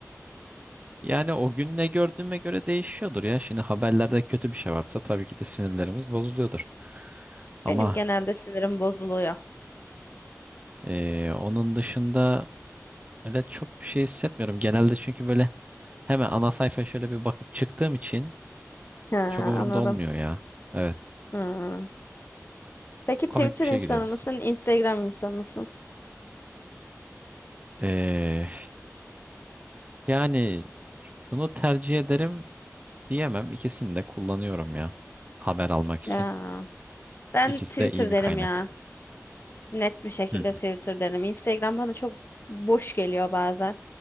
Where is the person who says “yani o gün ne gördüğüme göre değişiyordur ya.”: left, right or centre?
Right